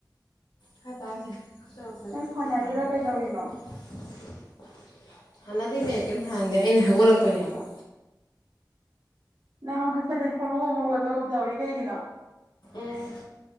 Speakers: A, on the left; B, on the right.
A: ꯈꯔ ꯇꯥꯁꯤ <unintelligible>
B: ꯅꯪ ꯁꯥꯟꯅꯔꯤꯔꯥ ꯀꯩꯗꯧꯔꯤꯅꯣ
A: ꯍꯥꯅꯠ ꯇꯩ ꯃꯌꯦꯛ ꯀꯩꯝ ꯁꯥꯟꯗꯦ ꯑꯩꯅ ꯍꯧꯒꯠꯂꯛꯄꯩꯅꯦ ꯍꯥꯏꯕ
B: ꯅꯪ ꯍꯧꯒꯠꯄꯗꯩ ꯍꯣꯃꯣ ꯑꯃ ꯍꯧꯒꯠꯄꯒꯨꯝ ꯇꯧꯔꯤ ꯀꯩꯒꯤꯅꯣ
A: ꯎꯝ